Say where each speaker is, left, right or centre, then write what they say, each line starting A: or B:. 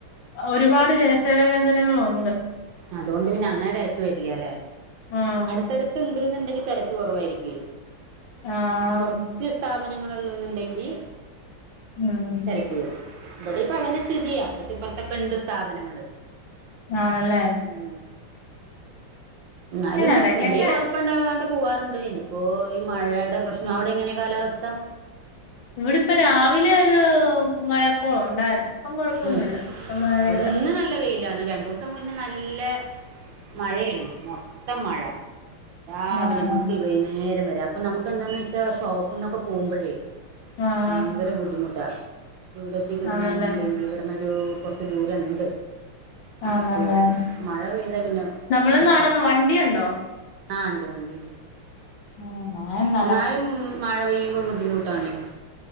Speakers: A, on the left; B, on the right.
A: ഒരുപാട് ജലസേവ കേന്ദനങ്ങളുണ്ട്
B: അതൊണ്ട് പിന്നെ അങ്ങനെതിരക്ക് വരില്ല അല്ലേ
A: ആഹ്
B: അടുത്തടുത്ത് ഉണ്ട് എന്നണ്ടെങ്കിൽ തിരക്ക് കുറവായിരിക്ക
A: ആഹ്
B: കുറച്ച് സ് സ്ഥാപനങ്ങളള്ളെന്നുണ്ടെങ്കിൽ
A: ഉം
B: തിരക്കി വരും ഇവിടെ ഇപ്പ അങ്ങനെ സ്ഥിതിയ അപ്പുറത്തെ ഇപ്പുറത്തൊക്കെ ഉണ്ട് സ്ഥാപനങ്ങൾ
A: ആണല്ലേ
B: ഉം ന്നാലും
A: ഇടക്കൊക്കെ
B: വല്ല്യ കൊഴ്പ്പണ്ടാവാണ്ട് പൂവാറുണ്ട് ഇത്പ്പോ ഈ മഴയുടെ പ്രശ്നം അവിടെ എങ്ങനെ കാലാവസ്ഥ.
A: ഇവിടെപ്പ രാവിലെ ഒരു മഴക്കോള് ഉണ്ടായിരുന്നു ഇപ്പൊ കൊഴപ്പൊന്നുമില്ല
B: ഉം.
A: ഇപ്പൊ മഴയില്ല
B: ഇവിടെ ഇന്ന് നല്ല വെയിലാണ് രണ്ടൂസം സം മുന്നേ നല്ല മഴായിരുന്നു മൊത്തം മഴ രാവിലെ
A: ആഹ്
B: മുതല് വൈന്നേരം വരെ അപ്പൊ നമുക്ക് എന്താന്ന് വെച്ചാ ഷോപ്പ്ന്നൊക്കെ പോകുമ്പോഴേ
A: ആഹ്
B: ഭയങ്കര ബുദ്ധിമുട്ടാ വീടെത്തി കിട്ടണെന്നുണ്ടെങ്കി
A: ആണല്ലേ
B: ഇവിടന്നൊരൂ കൊർച്ച് ദൂരണ്ട്
A: ആണല്ലേ
B: അപ്പൊ മഴ പെയ്താ പിന്നെ
A: നമ്മള്
B: കഷ്ടാ
A: നടന്ന് വണ്ടിയുണ്ടോ
B: ആഹ് ണ്ട് വണ്ടിണ്ട്.
A: ആഹ് ഞയെന്നെ
B: ന്നാലും മഴ പെയ്യുമ്പോ ബുദ്ധിമുട്ടാണ്.